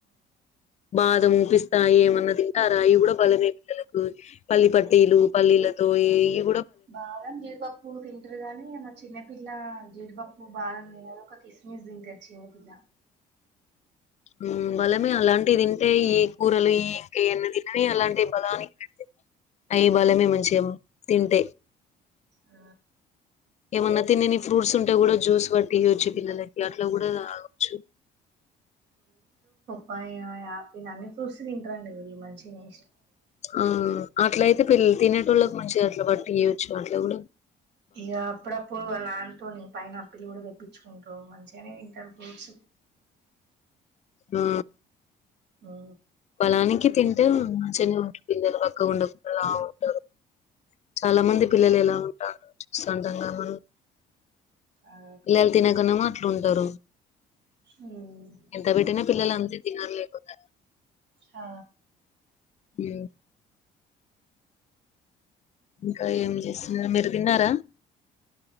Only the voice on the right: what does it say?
బాదం, జీడిపప్పు తిన్ టరు గాని మా చిన్నపిల్ల జీడిపప్పు బాదం తినది. ఒక కిస్మిస్ తింటది చిన్నపిల్ల.
ఆ
పైన్ ఆపిల్ అన్ని ఫ్రూట్స్ తింటరండి వీళ్ళు మంచిగనే
ఇగ అప్పుడప్పుడు వాళ్ళ నాన్నతోని పైన్ ఆపిల్ గుడా తెప్పించుకుం ఆ మంచిగానే తింటారు ఫ్రూట్స్
ఆ
ఉమ్,
ఆ
ఉమ్,
హ
ఉమ్.